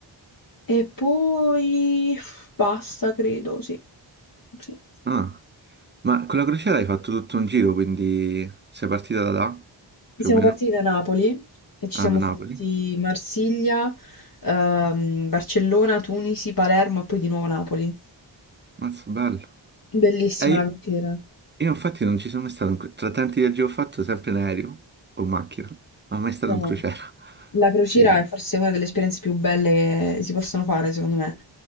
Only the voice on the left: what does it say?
E poi basta, credo, sì. Sì.
Siamo
partiti da Napoli e ci
siamo
fatti Marsiglia, ehm, Barcellona, Tunisi, Palermo e poi di nuovo Napoli.
Bellissima
la crociera.
No,
la crociera
è forse una delle esperienze più belle che si possono fare, secondo me.